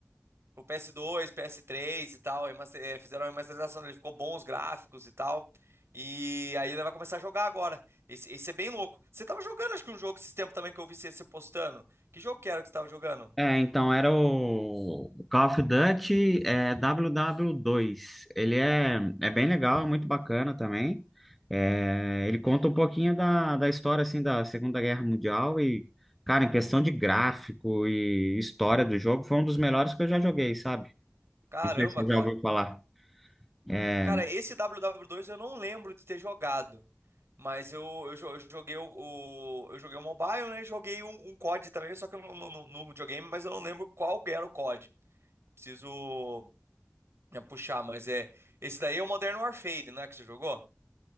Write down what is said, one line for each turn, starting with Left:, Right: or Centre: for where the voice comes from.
Right: pro PS2, PS3 e tal, remaster- eh, fizeram a remasterização dele, ficou bons gráficos e tal. E aí ele vai começar a jogar agora. Esse, esse é bem louco. Você tava jogando, acho que um jogo esses tempos também que eu vi você, você postando. Que jogo que era que você tava jogando?
Centre: É, então era o o Call of Duty é, WW2. Ele é, é bem legal, é muito bacana também. É, ele conta um pouquinho da, da história assim da Segunda Guerra Mundial e, cara, em questão de gráfico e história do jogo, foi um dos melhores que eu já joguei, sabe?
Right: Caramba,
Centre: Não sei se você
Right: cara.
Centre: já ouviu falar. É,
Right: Cara, esse WW2 eu não lembro de ter jogado. Mas eu, eu, jo- eu joguei o, o- eu joguei o mobile, né? e Joguei um, um COD também, só que eu não não- não- no videogame, mas eu não lembro qual era o COD. Preciso né, puxar, mas é. Esse daí é o Modern Warfare, não é que você jogou?